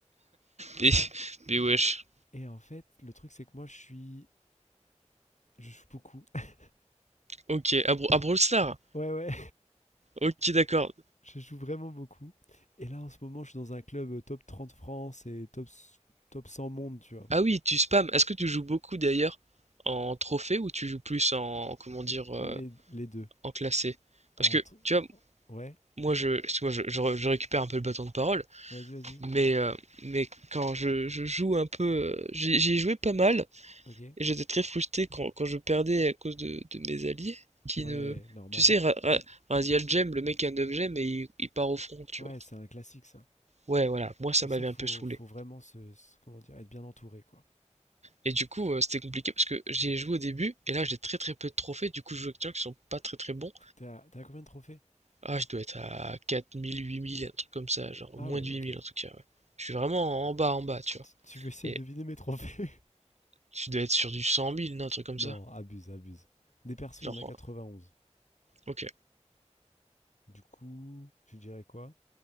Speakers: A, on the right; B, on the left.
A: Mais, mais wesh.
B: <laughs> Et en fait, le truc, c'est que moi, je suis. Je joue beaucoup. <laughs>
A: Ok, à, Bra- à Brawl Stars.
B: Ouais, ouais.
A: Ok, d'accord.
B: Je joue vraiment beaucoup. Et là, en ce moment, je suis dans un club euh, top 30 France et top, s- top 100 monde, tu vois.
A: Ah oui, tu spams. Est-ce que tu joues beaucoup d'ailleurs en trophée ou tu joues plus en, comment dire,
B: Les,
A: euh,
B: les deux.
A: en classé? Parce
B: Entre...
A: que, tu vois,
B: Ouais,
A: moi, je, moi, je, je je récupère un peu le bâton de parole,
B: vas-y, vas-y.
A: mais, euh, mais quand je, je joue un peu, euh, j'ai- j'y ai joué pas mal,
B: Ok.
A: Et j'étais très frustré quand, quand je perdais à cause de, de mes alliés qui
B: Ouais,
A: ne.
B: normal.
A: Tu sais, Ra- Ra- Raziel Gem, le mec a 9 gemmes et il, il part au front, tu
B: Ouais,
A: vois.
B: c'est un classique, ça.
A: Ouais, voilà, moi
B: C'est
A: ça
B: pour
A: m'avait
B: ça faut,
A: un peu saoulé.
B: faut vraiment se, se- comment dire, être bien entouré, quoi.
A: Et du coup, euh, c'était compliqué parce que j'y ai joué au début et là j'ai très très peu de trophées, du coup je joue avec des gens qui sont pas très très bons.
B: T'as t'as combien de trophées?
A: Ah, je dois être à quatre mille huit mille un truc comme ça, genre
B: Ah
A: moins
B: ouais,
A: de
B: ok.
A: huit mille en tout cas, ouais. Je suis vraiment en bas en bas, tu vois.
B: Tu, tu veux essayer
A: Et
B: de deviner mes trophées?
A: tu dois être sur du cent mille non,
B: <laughs>
A: un truc comme
B: Non,
A: ça.
B: abuse, abuse. Des persos,
A: Genre,
B: il y en a quatre vingt onze
A: ok,
B: Du coup, je dirais quoi?